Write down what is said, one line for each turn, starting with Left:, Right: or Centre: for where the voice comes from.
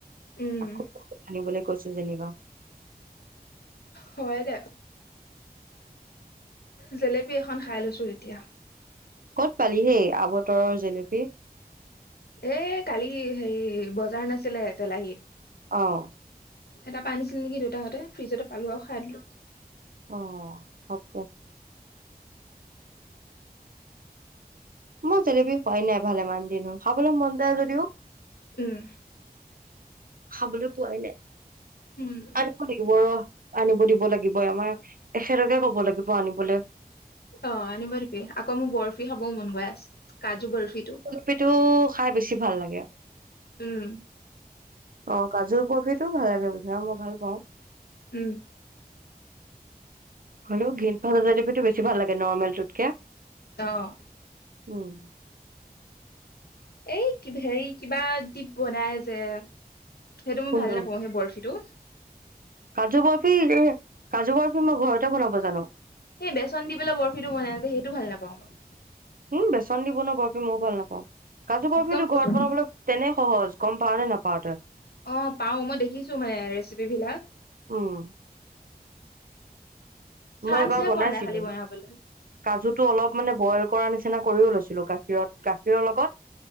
Left: উম
Right: আকৌ আনিবলৈ কৈছো যেনিবা।
Left: হয় দে। জেলেপী এখন খাই লৈছো এতিয়া।
Right: ক'ত পালি হে আৱতৰৰ জেলেপি?
Left: এ কালি হেৰি বজাৰ নাছিলে তেলাহী
Right: অ'।
Left: এ তাপা আনিছিল নেকি দেউতাহঁতে, ফ্ৰিজতে পালো আৰু খাই দিলো।
Right: অ', হওক দে। মই জেলেপি খোৱাই নাই ভালেমান দিন হ'ল, খাবলে মন যায় যদিও
Left: উম।
Right: খাবলৈ পোৱাই নাই।
Left: উম।
Right: আনিব লাগিব ৰ আনিব দিব লাগিব আমাৰ এখেতকে কব লাগিব আনিবলৈ।
Left: অ আনিব দিবি আকৌ মোক বৰফি খাবও মন গৈ আছে কাজু বৰফিটো।
Right: সেইটো খাই বেছি ভাল লাগে
Left: উম।
Right: অ কাজু বৰফিতো ভাল লাগে পিছে মই ভাল পাওঁ।
Left: উম
Right: হলেও গ্ৰীণ ভাজা জেলেপিটো বেছি ভাল লাগে নৰ্মেলটোতকে।
Left: অঁ।
Right: উম
Left: এই কিব হেৰী কিবা দি বনাই যে সেইটো মই
Right: কোনটো
Left: ভাল নাপাওঁ সেই বৰফিটো
Right: কাজু বৰফি এই কাজু বৰফি মই ঘৰতে বনাব জানো।
Left: সেই বেচন দি পেলাই বৰফিটো বনাই যে সেইটো ভাল নাপাওঁ মই।
Right: উম বেচন দি বনোৱা বৰফিটো মইয়ো ভাল নাপাওঁ কাজু বৰফিটো
Left: একদম ফটুৱা
Right: ঘৰত বনাবলৈ তেনেই সহজ গম পাও নে নাপাও তই?
Left: অ পাও মই দেখিছো মানে ৰেচিপি বিলাক।
Right: উম
Left: চান্সহে
Right: মই এবাৰ বনাইছিলো
Left: পোৱা নাই খালি বনাবলৈ
Right: কাজুটো অলপ মানে বইল কৰাৰ নিচিনা কৰিও লৈছিলো গাখীৰত গাখীৰৰ লগত